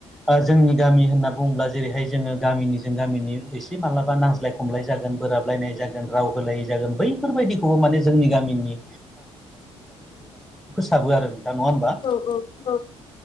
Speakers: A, in the centre; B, on the left.
A: ओ जोंनि गामि होनना बुङोब्ला जेरैहाय जोङो गामिनिजों गामिनि एसे मालाबा नांज्लाय खमलाय जागोन। बोराबलायनाय जागोन राव होलायै जागोन बैफोरबायदिखौबो माने जोंनि गामिनि थाबो आरो नोंथां नङा होमबा
B: औ औ औ।